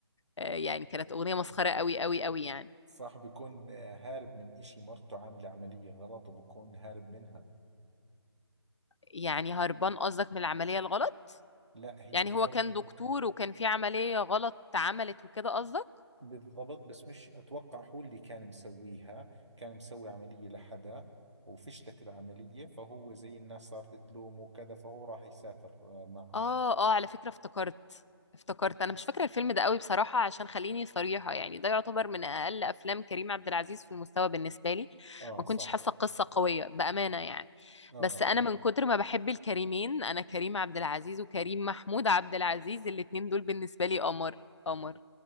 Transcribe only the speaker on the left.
آه، يعني كانت اغنية مسخرة قوي قوي قوي يعني
يعني هربان قصدك من العملية الغلط
يعني
هو كان دكتور وكان في عملية غلط اتعملت وكده قصدك
اه اه على فكرة افتكرت افتكرت انا مش فاكرة الفيلم ده قوي بصراحة عشان خليني صريحة يعني ده يعتبر من اقل افلام كريم عبد العزيز في المستوى بالنسبة لي
ما
كنتش حاسة قصة قوية بأمانة يعني
بس انا من كتر ما بحب الكريمين انا كريم عبد العزيز وكريم محمود عبد العزيز الاتنين دول بالنسبة لي قمر قمر